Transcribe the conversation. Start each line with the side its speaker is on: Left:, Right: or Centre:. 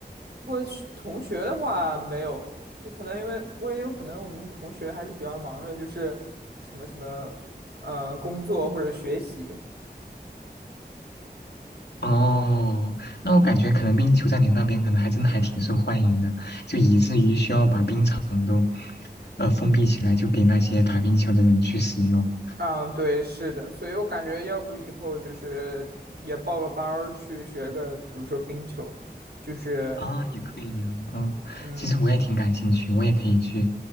Right: 不过是同学的话没有，就可能因为不过也有可能我们同学还是比较忙着，就是什么什么呃工作或者学习。
Left: 哦，那我感觉可能冰球在你那边可能还真的还挺受欢迎的，就以至于需要把冰场都呃封闭起来，就给那些打冰球的人去使用。
Right: 嗯，对，是的，所以我感觉要不以后就是也报个班儿去学个，比如说冰球，就是
Left: 啊，也可以呀、嗯，
Right: 嗯
Left: 其实我也挺感兴趣，我也可以去，